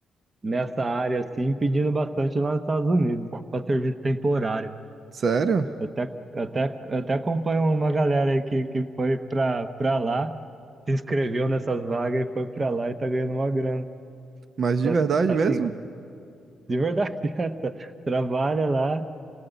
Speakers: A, on the right; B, on the right.
A: nessa área assim, pedindo bastante lá nos Estados Unidos, para serviço temporário.
B: Sério?
A: Eu até, até, até acompanho uma galera aí que, que foi pra pra lá, se inscreveu nessas vagas e foi pra lá e tá ganhando uma grana.
B: Mas de
A: Pra-
B: verdade
A: Assim,
B: mesmo?
A: de verdade, <laughs> essa. trabalha lá,